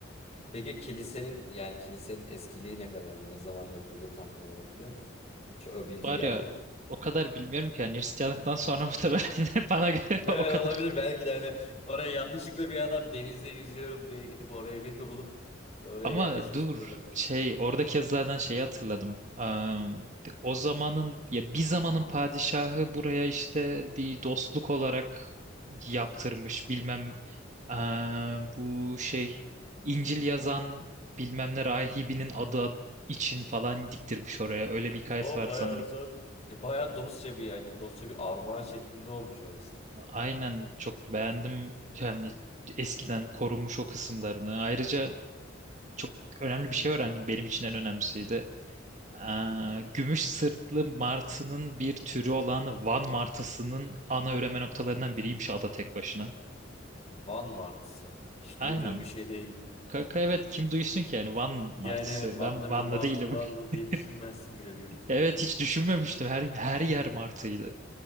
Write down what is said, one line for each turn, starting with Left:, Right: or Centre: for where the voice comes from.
Left: Peki kilisenin yani kilisenin eskiliği ne kadar? Ne zaman yapıldığı tahmin olarak biliyor musun? Hiç o bilgi
Right: Var
Left: geldi
Right: ya
Left: mi?
Right: o kadar bilmiyorum ki yani Hristiyanlıktan sonra <laughs> muhtemelen bana göre
Left: <laughs> Evet
Right: o kadar
Left: olabilir belki de hani oraya yanlışlıkla bir adam denizde yüzüyorum diye gidip oraya bir bulup oraya
Right: Ama
Left: yerleşmiş
Right: dur
Left: bile olabilir.
Right: şey oradaki yazılardan şeyi hatırladım. Am, o zamanın ya bir zamanın padişahı buraya işte bir dostluk olarak yaptırmış bilmem am, bu şey İncil yazan bilmem ne rahibinin adı ad- için falan diktirmiş oraya. Öyle bir hikayesi
Left: O
Right: vardı
Left: bayağı
Right: sanırım.
Left: uzun. E, bayağı dostça bir yani dostça bir armağan şeklinde olmuş orası.
Right: Aynen çok beğendim yani eskiden korunmuş o kısımlarını. Ayrıca çok önemli bir şey öğrendim. Benim için en önemlisiydi. Ee, Gümüş sırtlı martının bir türü olan Van martısının ana üreme noktalarından biriymiş ada tek başına.
Left: Van martısı. Hiç
Right: Aynen.
Left: duyduğum bir şey değildi.
Right: Kanka evet kim duysun ki yani Van
Left: Yani
Right: martısı.
Left: evet Van'da
Right: Ben
Left: bir
Right: Van'la
Left: martı
Right: değilim.
Left: var mı diye
Right: <laughs>
Left: düşünmezsin bile büyük ihtimal.
Right: Evet hiç düşünmemiştim. Her her yer martıydı.